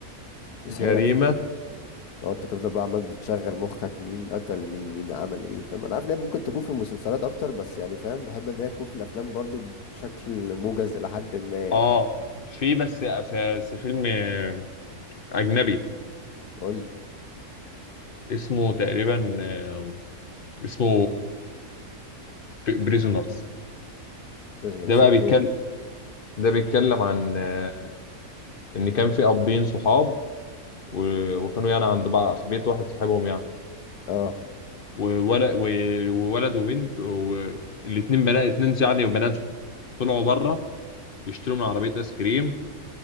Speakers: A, on the left; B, on the left.
A: تسحلك
B: جريمه
A: فاهمني لو انت تفضل بقى عمال بتشغل مخك مين قتل مين مين عمل ايه فاهم انا عارف ان هي ممكن تكون في المسلسلات اكتر بس يعني فاهم بحب ان هي تكون في الافلام برضو بشكل موجز الى حد ما يعني
B: اه في بس في بس فيلم آه، اجنبي
A: قول لي
B: اسمه تقريبا آه، اسمه بريزونرز
A: بريزنرز
B: ده بقى
A: اوكي
B: بيتكلم ده بيتكلم عن آه، ان كان في ابين صحاب و- وكانوا يعني عند بعض في بيت واحد صاحبهم يعني
A: اه
B: وولد وولد وبنت والاتنين بنات اتنين يعني وبناتهم طلعوا بره يشتروا من عربية ايس كريم